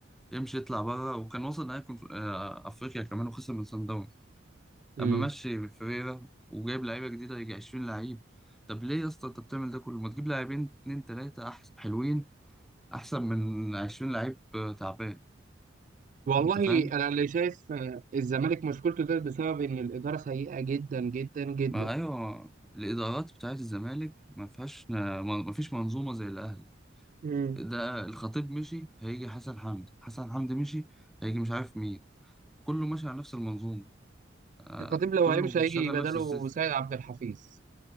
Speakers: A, in the centre; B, on the right.
A: يمشي يطلع بره وكان وصل نهائي كونف- آه، افريقيا كمان وخسر من صن داونز
B: مم.
A: اما مشي فيريرا وجايب لعيبه جديده يجي 20 لعيب طب ليه يا اسطى انت بتعمل ده كله ما تجيب لاعبين اتنين تلاته احسن حلوين احسن من 20 لعيب آه، تعبان
B: والله
A: انت فاهم
B: انا اللي شايف آه، الزمالك مشكلته ده بسبب ان الاداره سيئه جدا جدا جدا
A: ما ايوه الادارات بتاعت الزمالك ما فيهاش ما فيش منظومه زي الاهلي
B: مم.
A: ده الخطيب مشي هيجي حسن حمدي حسن حمدي مشي هيجي مش عارف مين كله ماشي على نفس المنظومه آه،
B: الخطيب لو
A: كله
B: هيمشي
A: بيشغل
B: هيجي بداله
A: نفس السيستم
B: سيد عبد الحفيظ